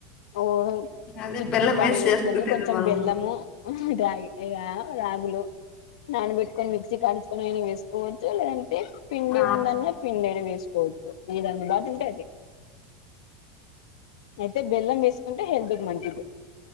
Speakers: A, on the left; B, on the left.
A: ఓ
B: అదే
A: చికెన్
B: బెల్లం
A: పాలు
B: వేసి
A: వేసుకొని
B: చేసుకునేది
A: కొంచెం
B: మనము
A: బెల్లము రాగి రాగులు నాన్బట్కొని మిక్స కాట్ నేను వేసుకోవచ్చు పిండి
B: ఆ
A: ఉందన్న పిండైన వేసుకోవద్ మీద అందు బాటు ఉంటాయి అది అయితే బెల్లం వేస్సుకుంటా హెల్త్ కి మంచిది